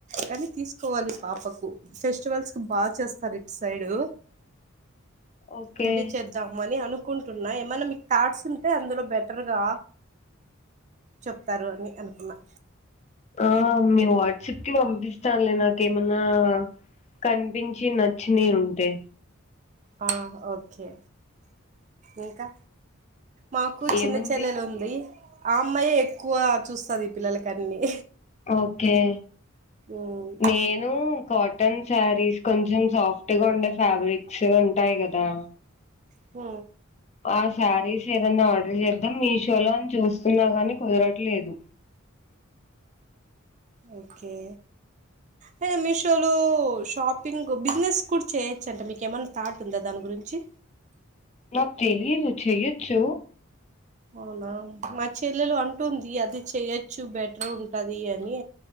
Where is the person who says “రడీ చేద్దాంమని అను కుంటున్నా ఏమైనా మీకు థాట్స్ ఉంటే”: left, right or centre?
Right